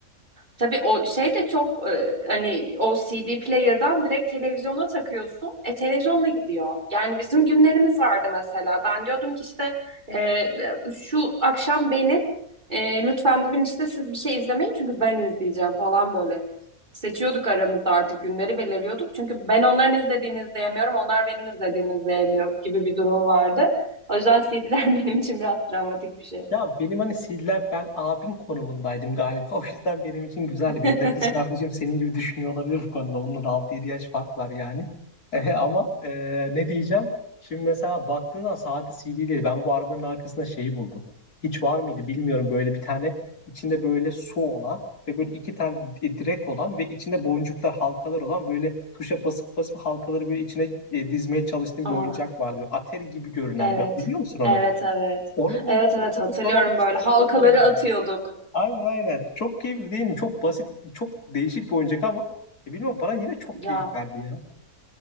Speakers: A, on the right; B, on the left.
A: Tabii o şey de çok e, hani o CD player'dan direkt televizyona takıyorsun. E televizyonla gidiyor. Yani bizim günlerimiz vardı mesela. Ben diyordum ki işte e, şu akşam benim e, lütfen bugün işte siz bir şey izlemeyin çünkü ben izleyeceğim falan böyle. Seçiyorduk aramızda artık günleri belirliyorduk. Çünkü ben onların izlediğini izleyemiyorum, onlar benim izlediğimi izleyemiyor gibi bir durum vardı. O yüzden CD'ler <laughs> benim için biraz travmatik bir şey.
B: Ya benim hani CD'ler ben abin konumundaydım galiba. <laughs> O yüzden benim için güzeldi.
A: <laughs>
B: Benim de kız kardeşim senin gibi düşünüyor olabilir bu konuda. Onunla da 6-7 yaş fark var yani. <laughs> Eh, ama eh, ne diyeceğim? Şimdi mesela baktığında sade CD değil. Ben bu arabanın arkasında şeyi buldum. Hiç var mıydı bilmiyorum. Böyle bir tane içinde böyle su olan ve böyle iki tane di- direk olan ve içinde boncuklar halkalar olan böyle tuşa basıp basıp halkaları böyle içine eh, dizmeye çalıştığım
A: Ah.
B: bir oyuncak vardı. Böyle Atari gibi görünen
A: Evet.
B: bir biliyor musun onu?
A: Evet evet.
B: Onu buldum
A: Evet evet
B: oturduk
A: hatırlıyorum
B: ben 15
A: böyle
B: dakika
A: halkaları
B: onunla oynadım.
A: atıyorduk.
B: Aynen aynen. Çok keyifli değil mi? Çok basit, çok değişik bir oyuncak ama e, bilmiyorum bana yine çok
A: Ya
B: keyif verdi ya.